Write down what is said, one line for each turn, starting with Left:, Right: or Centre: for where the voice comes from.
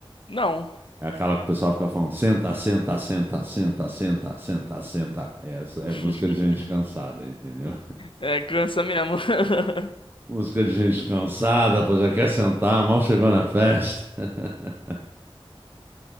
Left: Não.
Right: É aquela que o pessoal fica falando, senta, senta, senta, senta, senta, senta, senta. Essa
Left: <laughs>
Right: é música de gente cansada, entendeu?
Left: É, cansa mesmo. <laughs>
Right: Música de gente cansada, pô, já quer sentar, mal chegou na festa. <laughs>